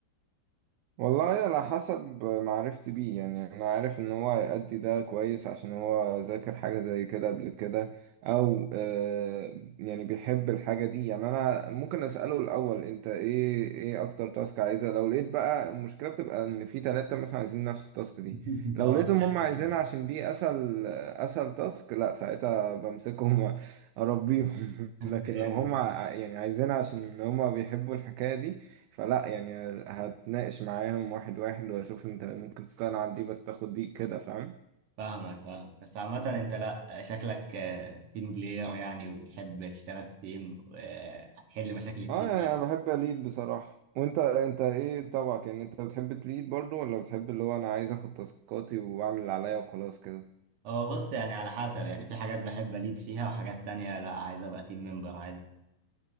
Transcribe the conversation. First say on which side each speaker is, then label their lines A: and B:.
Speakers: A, on the right; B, on the right.
A: والله على حسب معرفتي بيه يعني انا عارف ان هو هيأدي ده كويس عشان هو ذاكر حاجة زي كده قبل كده او آه يعني بيحب الحاجة دي يعني انا ممكن اسأله الاول انت ايه ايه اكتر تاسك عايزها لو لقيت بقى المشكلة بتبقى ان في ثلاثة مثلا عايزين نفس التاسك دي
B: <laughs>
A: لو
B: اه
A: لقيتهم
B: بتحسن.
A: هم عايزينها عشان دي اسهل اسهل تاسك لا ساعتها بمسكهم اربيهم <laughs> لكن
B: فاهم
A: لو هم ع- يعني عايزينها عشان هم بيحبوا الحكاية دي فلا يعني هتناقش معاهم واحد واحد واشوف انت ممكن تستغنى عن دي بس تاخد دي كده فاهم
B: فاهمك فاهمك بس عامة انت لا شكلك آه، تيم بلاير يعني وبتحب تشتغل في تيم وهتحل مشاكل التيم
A: اه يعني انا بحب اليد بصراحة وانت انت ايه طبعك يعني انت بتحب تليد برضو ولا بتحب اللي هو انا عايز اخد تاسكاتي واعمل اللي عليا وخلاص كده
B: هو بص يعني على حسب يعني في حاجات بحب أليد فيها وحاجات تانية لا عايز أبقى تيم ممبر عادي